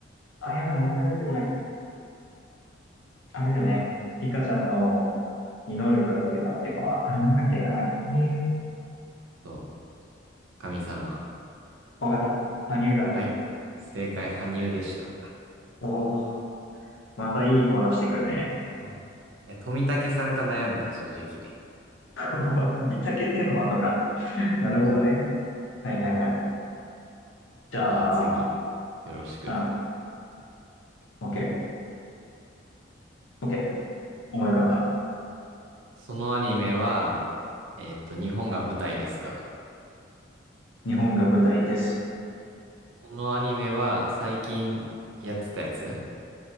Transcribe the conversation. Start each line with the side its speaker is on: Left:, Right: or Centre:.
Left: あ、やばい、名前が出てこない。あれだよね。リカちゃんのに能力預けたっていうかは、あれなんだっけ、名前。えー、
Right: そう。神様。
Left: わかった。羽生だ。
Right: はい。正解、羽生でした。
Left: おお、またいいもの出してくるね。
Right: そう。いや、富武さんか悩んだ、正直。
Left: <laughs> おー飛びたけっていうのもあんのか。なるほどね。
Right: そう。
Left: はいはいはい。じゃあ、
Right: じゃあ次、よろしく。
Left: うん、オッケー、オッケー。思い浮かべた。
Right: そのアニメは、えっと、日本が舞台ですか。
Left: 日本が舞台です。
Right: そのアニメは最近やってたやつ